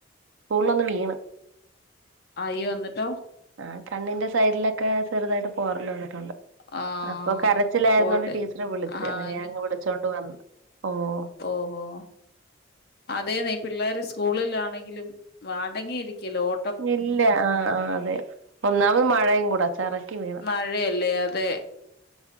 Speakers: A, on the right; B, on the left.
A: സ്കൂളിലൊന്ന് വീണ്
B: അയ്യോ എന്നിട്ടോ
A: ആഹ് കണ്ണിന്റെ സൈഡിലൊക്കെ ചെറുതായിട്ട് പോറല് വന്നിട്ടുണ്ട്
B: ആഹ്
A: അപ്പൊ കരച്ചിലായിരുന്നോണ്ട്
B: പോയിട്ട്
A: ടീച്ചറ് വിളിച്ച്
B: ആഹ്
A: അങ്ങനെ ഞാഅങ്ങ് വിളിച്ചോണ്ട് വന്ന് ഓഹ്
B: ഓഹ് ഓഹോ അതേന്നെ പിള്ളേര് സ്കൂളിലാണെങ്കിലും അടങ്ങിയിരിക്കേല ഓ
A: ഇല്ല ആഹ് ആഹ് അതെ ഒന്നാമത് മഴയും കൂടെ ചറക്കി വീണ്
B: മഴയല്ലേ അതെ